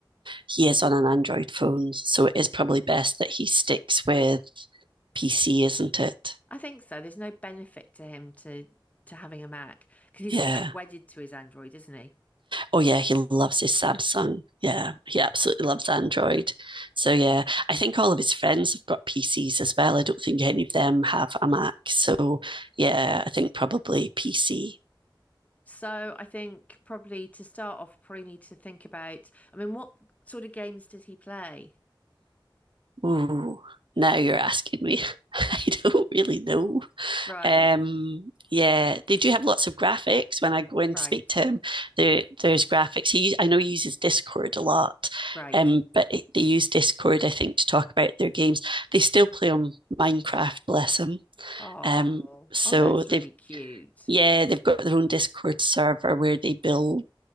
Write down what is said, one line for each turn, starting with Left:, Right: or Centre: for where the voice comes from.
Right: he is on an Android phone, so it is probably best that he sticks with PC, isn't it?
Left: I think so. There's no benefit to him to to having a Mac because he's
Right: Yeah.
Left: quite wedded to his Android, isn't he?
Right: Oh, yeah. He loves his Samsung. Yeah. He absolutely loves Android. So, yeah, I think all of his friends have got PCs as well. I don't think any of them have a Mac. So, yeah, I think probably PC.
Left: So I think probably to start off, probably need to think about, I mean, what sort of games does he play?
Right: Ooh, now you're asking me. <laughs> I don't really know.
Left: Right,
Right: Um, yeah, they do have lots of graphics. When I go in
Left: right,
Right: to speak to him, there there's graphics. He, I know he uses Discord a lot,
Left: right.
Right: um, but it, they use Discord, I think, to talk about their games. They still play on Minecraft, bless them.
Left: Oh,
Right: Um, so
Left: oh, that's
Right: they've
Left: really cute.
Right: yeah, they've got their own Discord server where they build